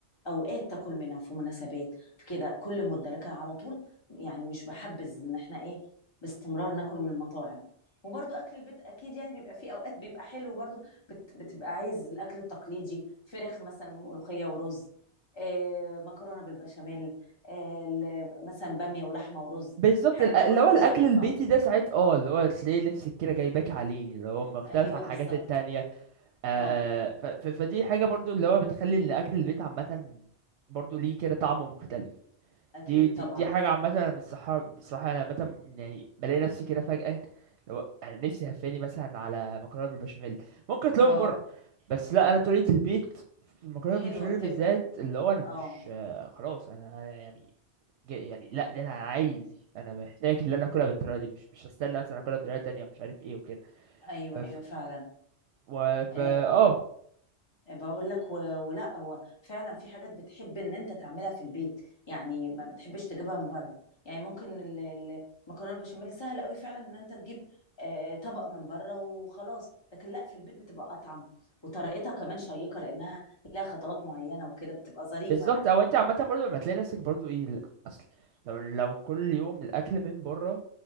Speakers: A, on the left (about 25°); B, on the right (about 75°).
A: اوقات تاكل منها في مناسبات في كده كل مده لكن على طول يعني مش بحبذ ان احنا ايه باستمرار ناكل من المطاعم وبرضو اكل البيت اكيد يعني بيبقى فيه اوقات بيبقى حلو برضو بت بتبقى عايز الاكل التقليدي فراخ مثلا ملوخيه ورز آه مكرونه بالبشاميل آه ال- مثلا باميه ولحمه ورز
B: بالظبط
A: الحاجات
B: الأ-
A: دي برضو
B: اللي هو الاكل
A: ظريفه
B: البيتي ده ساعات اه اللي هو تلاقي نفسك كده جايباك عليه اللي هو مختلف
A: ايوه
B: عن
A: بالظبط
B: الحاجات التانية آه
A: اه
B: ف ف فدي حاجة برضو اللي هو بتخلي ان اكل البيت عامة برضو ليه كده طعم مختلف
A: اكيد
B: دي دي
A: طبعا
B: دي حاجة عامة انا بصراحة بصراحة انا عامة يعني بلاقي نفسي كده فجأة لو انا نفسي هفاني مثلا على مكرونة بالبشاميل ممكن اطلبها
A: اه
B: من بره بس لا انا طريقة البيت في المكرونة
A: حلوه
B: بالبشاميل
A: بتبقى
B: بالذات اللي هو انا
A: اه
B: مش آه خلاص انا يعني ج- يعني لا دي انا عايز دي انا محتاج اللي انا اكلها بالطريقه دي مش مش هستنى مثلا اكلها بطريقه تانية مش عارف ايه وكده
A: ايوه
B: ف ف-
A: ايوه فعلا
B: و... ف
A: آه
B: اه
A: بقول لك و- ولا هو فعلا في حاجات بتحب ان انت تعملها في البيت يعني ما بتحبش تجيبها من بره يعني ممكن ال- ال- المكرونه البشاميل سهل قوي فعلا ان انت تجيب آه طبق من بره وخلاص لكن لا في البيت بتبقى اطعم وطريقتها كمان شيقه لانها لها خطوات معينه وكده بتبقى ظريفه
B: بالظبط
A: يعني
B: او انت عامه برضو لما تلاقي نفسك برضو ايه لا، اصل لو لو كل يوم الاكل من بره